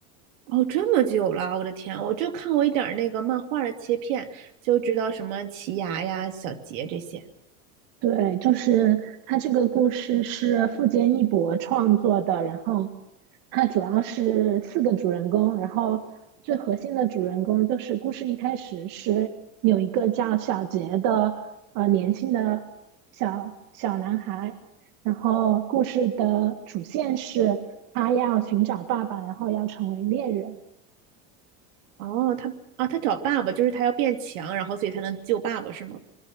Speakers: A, on the right; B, on the right.
A: 哦，这么久了，我的天，我就看过一点儿那个漫画的切片，就知道什么奇牙呀、小杰这些。
B: 对，就是他这个故事是富坚义博创作的，然后他主要是四个主人公，然后最核心的主人公就是故事一开始是有一个叫小杰的呃年轻的小小男孩，然后故事的主线是他要寻找爸爸，然后要成为猎人。
A: 哦，他啊，他找爸爸，就是他要变强，然后所以才能救爸爸，是吗？